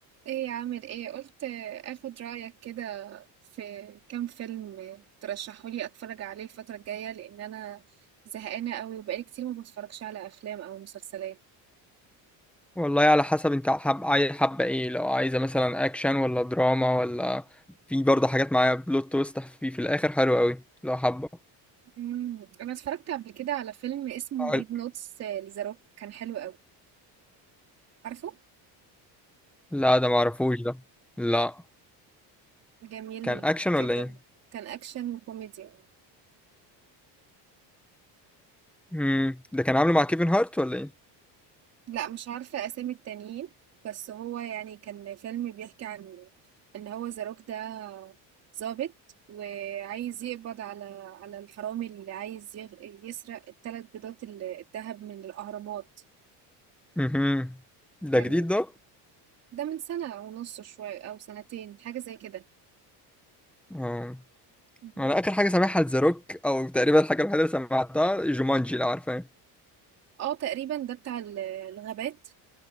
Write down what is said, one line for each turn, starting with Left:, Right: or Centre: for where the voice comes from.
Right: ايه عامل ايه قلت اخد رأيك كده في كام فيلم ترشحولي اتفرج عليه الفترة الجاية لان انا زهقانة قوي وبقالي كتير ما بتفرجش على افلام او مسلسلات
Centre: والله على حسب انت حب عايز حابة ايه لو عايزة مثلا اكشن ولا دراما ولا في برضه حاجات معايا بلوت تويست في في الاخر حلو قوي لو حابة
Right: مم، انا اتفرجت قبل كده على فيلم اسمه
Centre: أقول-
Right: ريد نوتس لذا روك كان حلو قوي عارفه
Centre: لا ده معرفوش ده لا
Right: جميل
Centre: كان اكشن ولا
Right: جدا
Centre: ايه
Right: كان اكشن وكوميدي
Centre: امم ده كان عامله مع كيفن هارت ولا ايه
Right: لا مش عارفة أسامي التانيين بس هو يعني كان فيلم بيحكي عن إن هو زاروك ده ظابط وعايز يقبض على على الحرامي اللي عايز يغ- يسرق الثلاث بيضات ال- الذهب من الأهرامات
Centre: امم ده
Right: كان
Centre: جديد ده
Right: ده من سنة ونص شوية أو سنتين حاجة زي كده
Centre: اه
Right: مهم.
Centre: انا اخر حاجة سامعها ذا روك او تقريبا الحاجة الوحيدة اللي سمعتها جومانجي لو عارفة
Right: اه تقريبا ده بتاع ال- الغابات